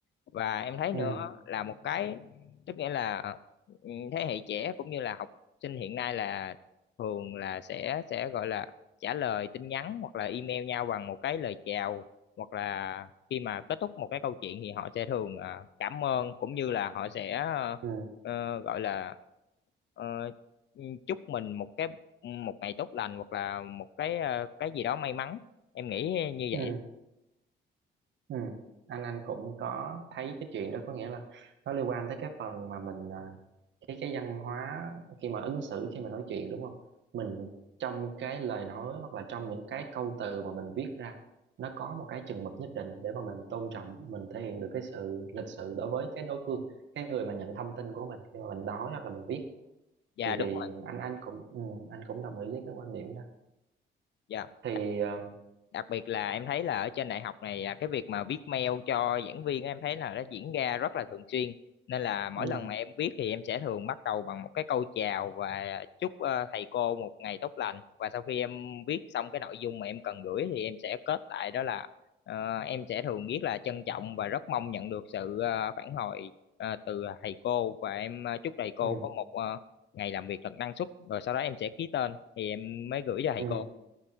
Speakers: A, on the left; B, on the right.
A: và em thấy
B: ừ
A: nữa là một cái tức nghĩa là ừ, thế hệ trẻ cũng như là học sinh hiện nay là thường là sẽ sẽ gọi là trả lời tin nhắn hoặc là email nhau bằng một cái lời chào hoặc là khi mà kết thúc một cái câu chuyện thì họ sẽ thường ờ, cảm ơn cũng như là họ sẽ ờ,
B: ừ
A: ờ, gọi là ờ, chúc mình một cái một ngày tốt lành hoặc là một cái ờ, cái gì đó may mắn em nghĩ như
B: ừ
A: vậy
B: Ừ. Anh anh cũng có thấy cái chuyện đó có nghĩa là nó liên quan tới cái phần mà mình à, cái cái văn hóa khi mà ứng xử khi mà nói chuyện đúng không? Mình trong cái lời nói hoặc là trong những cái câu từ mà mình viết ra nó có một cái chừng mực nhất định để mà mình tôn trọng mình thể hiện được cái sự lịch sự đối với cái đối phương cái người mà nhận thông tin của mình khi mà mình nói hoặc là mình viết
A: dạ
B: thì
A: đúng
B: thì
A: rồi
B: anh anh cũng ừ, anh cũng đồng ý với cái quan điểm đó
A: dạ
B: thì ờ,
A: đặc biệt là em thấy là ở trên đại học này à, cái việc mà viết mail cho giảng viên á, em thấy là nó diễn ra rất là thường xuyên nên là mỗi
B: ừ,
A: lần mà em viết thì em sẽ thường bắt đầu bằng một cái câu chào và chúc ờ, thầy cô một ngày tốt lành và sau khi em viết xong cái nội dung mà em cần gửi thì em sẽ kết lại đó là ờ, em sẽ thường viết là trân trọng và rất mong nhận được sự ờ, phản hồi ờ, từ thầy cô và em ờ, chúc thầy cô
B: ừ,
A: có một ờ, ngày làm việc thật năng suất rồi sau đó em sẽ ký tên thì em mới gửi cho thầy
B: ừ.
A: cô